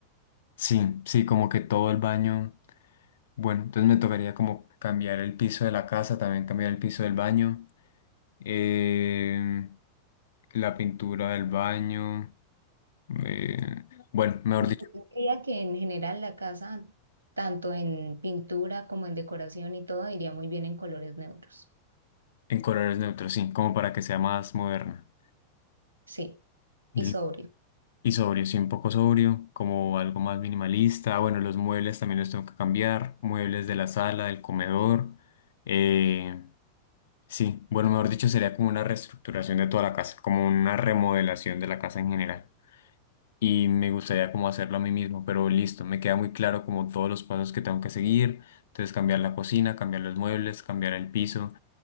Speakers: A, on the left (about 60°); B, on the right (about 80°).
A: Sí, sí, como que todo el baño. Bueno, entonces me tocaría como cambiar el piso de la casa, también cambiar el piso del baño, eh, la pintura del baño. eh, bueno, mejor
B: Yo
A: dicho,
B: diría que en general la casa, tanto en pintura como en decoración y todo, iría muy bien en colores neutros.
A: en colores neutros, sí, como para que sea más moderna.
B: Sí,
A: Y
B: y sobrio.
A: y sobrio, sí, un poco sobrio, como algo más minimalista. Bueno, los muebles también los tengo que cambiar, muebles de la sala, del comedor. eh, Sí, bueno, mejor dicho, sería como una reestructuración de toda la casa, como una remodelación de la casa en general. Y me gustaría como hacerlo a mí mismo, pero listo, me queda muy claro como todos los pasos que tengo que seguir. Entonces, cambiar la cocina, cambiar los muebles, cambiar el piso,